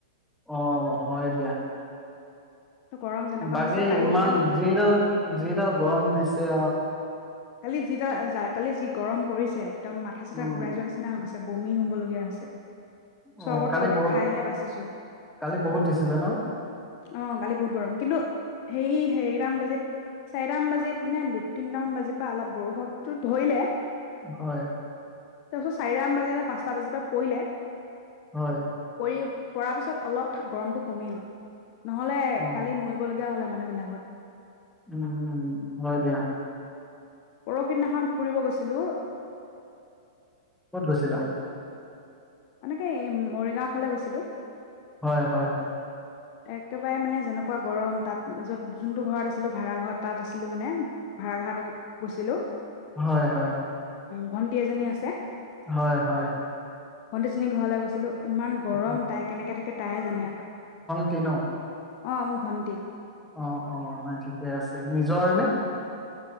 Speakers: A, in the centre; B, on the left (about 45°).
A: অ হয় দিয়া
B: ত' গৰম যেনেকুৱা
A: বাকী
B: হৈছে কালি
A: ইমান
B: একদম
A: যিডাল যিডাল গৰম দিছ ছে আও
B: কালি যিটা আ কালি যি গৰম পৰিছে একদম মাথা চথা
A: উম
B: ঘূৰাই যোৱাৰ নিচিনা হৈ গৈছে। বমি হ'ব লগীয়া হৈছে। চৰবত
A: অ কালি
B: তৰবত
A: বহুত
B: খাইহে বাচিছো।
A: কালি বহুত দিছিলে ন
B: আহ গকালি বহুত গৰম কিন্তু হেৰি সেটাম বাজিত চাৰিটাম বাজিত নে দু তিনটামান বাজিত পা অলপ বৰষুণটো ধৰিলে,
A: হয়।
B: তাৰপিছত চাৰিটা আন বাজি নে পাঁচটা বাজিৰ পৰা পৰিলে।
A: হয়
B: পৰি পৰা পিছত অলপ ঠা গৰমটো কমিল। নহলে
A: অ
B: কালি মৰিবলগীয়া হল হয় মানে। লা বিলাকত।
A: উম উম, হয় দিয়া।
B: পৰহি দিনাখন ফুৰিব গৈছিলো।
A: ক'ত গৈছিলা?
B: আমিতো এই মৰিগাঁও ফালে গৈছিলো।
A: হয় হয়।
B: একেবাৰে মানে যেনেকুৱা গৰম তাত য'ত যোনটো ঘৰত আছিলো ভা়ঘৰত তাত আছিলো মানে ভাড়াঘৰ গৈছিলো।
A: হয় হয়।
B: ভণ্টি এজনী আছে।
A: হয় হয়।
B: ভণ্টি জনীৰ ঘৰলে গৈছিলোঁ। ইমান গৰম
A: হয়।
B: তাই কেনেকে থাকে তাইহে জানে আৰু।
A: টি ন
B: অ মোৰ ভণ্টি।
A: অ অ নাই ঠিকে আছে। নিজৰ নে?